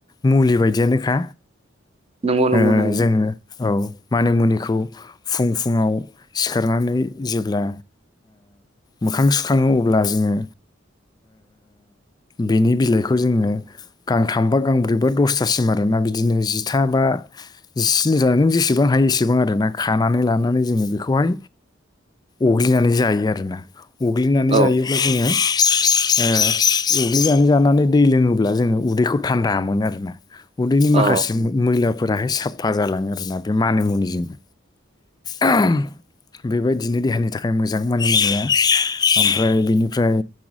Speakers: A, on the left; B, on the right.
A: मुलि बायदियानोखा
B: नंगौ नंगौ
A: ओ
B: नंगौ
A: जोङो औ मान मुनिखौ फुं फुङाव सिखारनानै जेब्ला मोखां सुखाङो अब्ला जोङो बेनि बिलाइखौ जोङो गांथामबा गांब्रैबा दसथासिम आरोना बिदिनो जिथा बा जिनिसा नों जेसेबां हायो एसेबां आरोना खानानै लानानै जोङो बेखौहाय अग्लिनानै जायो आरोना, अग्लिनानै
B: औ
A: जायोब्ला जोङो ओ अग्लिजनानै जानानै दै लोङोब्ला जोङो उदैखौ थान्दा मोनो आरोना। उदैनि
B: औ
A: माखासे मैलाफोराहाय साफा जालाङो आरोना बे मानिमुनिजोंनो ओहोम बेबायदिनो देहानि थाखाय मोजां मानि मुनिया ओमफ्राय बेनिफ्राय